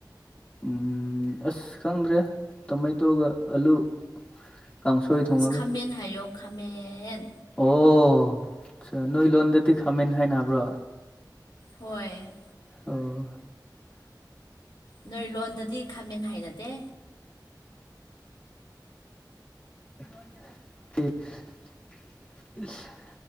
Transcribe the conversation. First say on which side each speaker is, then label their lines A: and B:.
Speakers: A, on the left; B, on the left.
A: ꯎꯝ ꯑꯁ ꯈꯪꯗ꯭ꯔꯦ ꯇꯣꯃꯦꯇꯣꯒ ꯑꯂꯨ ꯀꯥꯡꯁꯣꯏ ꯊꯣꯡꯉꯒꯦ
B: ꯑꯁ ꯈꯥꯃꯦꯟ ꯍꯥꯏꯌꯣ ꯈꯥꯃꯦꯟ
A: ꯑꯣ ꯆꯥ ꯅꯣꯏ ꯂꯣꯟꯗꯗꯤ ꯈꯥꯃꯦꯟ ꯍꯥꯏꯅꯕ꯭ꯔꯥ
B: ꯍꯣꯏ
A: ꯑꯣ
B: ꯅꯣꯏ ꯂꯣꯟꯗꯗꯤ ꯈꯥꯃꯦꯟ ꯍꯥꯏꯅꯗꯦ
A: <unintelligible>